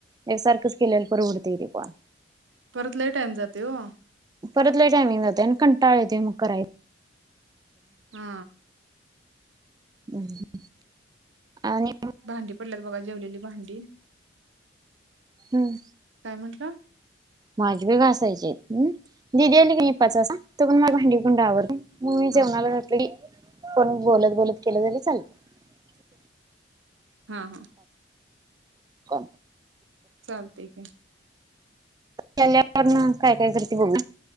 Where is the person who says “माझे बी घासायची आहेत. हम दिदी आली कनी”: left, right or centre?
Right